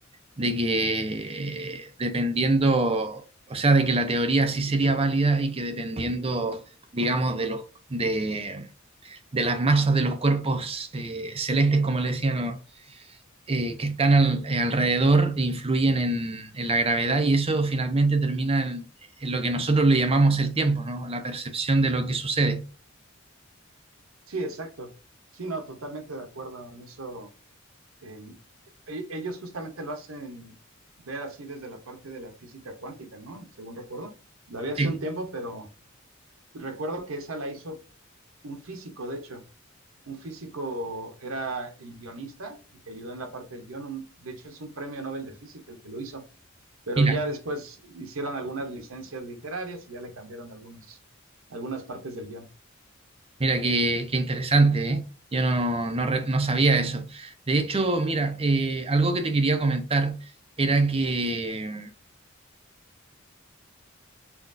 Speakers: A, on the right; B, on the right.
A: de que dependiendo, o sea, de que la teoría sí sería válida y que dependiendo, digamos, de los... De, de las masas de los cuerpos eh, celestes, como le decían, ¿no? eh, que están al- eh, alrededor e influyen en, en la gravedad y eso finalmente termina en, en lo que nosotros le llamamos el tiempo, ¿no? La percepción de lo que sucede.
B: Sí, exacto. Sí, no, totalmente de acuerdo en eso. Eh, e- ellos justamente lo hacen ver así desde la parte de la física cuántica, ¿no? Según recuerdo. La vi hace
A: Sí,
B: un tiempo, pero recuerdo que esa la hizo un físico, de hecho. Un físico era el guionista, el que ayudó en la parte del guión. Un, de hecho, es un premio Nobel de Física el que lo hizo. Pero
A: mira,
B: ya después hicieron algunas licencias literarias y ya le cambiaron algunos, algunas partes del guión.
A: mira qué, qué interesante, ¿eh? Yo no, no, re- no sabía eso. De hecho, mira, eh, algo que te quería comentar era que,